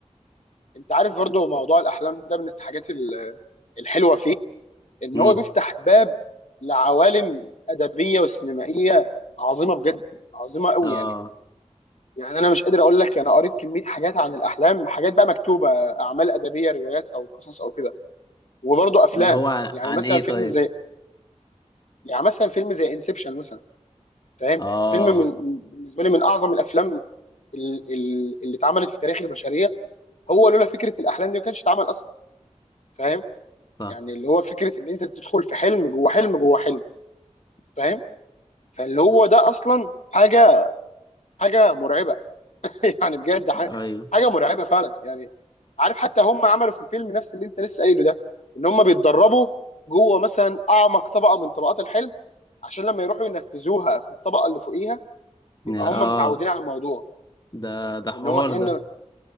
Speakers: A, on the left (about 70°); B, on the left (about 35°).
A: انت عارف برضو موضوع الاحلام ده من الحاجات ال- الحلوه فيه ان
B: امم
A: هو بيفتح باب لعوالم ادبيه وسينمائيه عظيمه بجد عظيمه قوي
B: اه
A: يعني يعني انا مش قادر اقول لك انا قريت كميه حاجات عن الاحلام حاجات بقى مكتوبه اعمال ادبيه روايات او قصص او كده وبرضه افلام
B: اللي هو عن,
A: يعني
B: عن
A: مثلا
B: ايه
A: فيلم
B: طيب
A: زي يعني مثلا فيلم زي انسبشن مثلا فاهم
B: اه
A: فيلم من بالنسبه لي من اعظم الافلام ال- ال- اللي اتعملت في تاريخ البشريه هو لولا فكره الاحلام دي ما كانش اتعمل اصلا فاهم
B: صح
A: يعني اللي هو فكره ان انت تدخل في حلم جوه حلم جوه حلم فاهم فاللي هو ده اصلا حاجه حاجه مرعبه <laughs> يعني بجد ح-
B: ايوه
A: حاجه مرعبه فعلا يعني عارف حتى هم عملوا في الفيلم نفس اللي انت لسه قايله ده ان هم بيتدربوا جوه مثلا اعمق طبقه من طبقات الحلم عشان لما يروحوا ينفذوها في الطبقه اللي فوقيها
B: يا-
A: يبقى هم
B: اه
A: متعودين على الموضوع
B: ده ده
A: ان
B: حوار
A: هم كأن
B: ده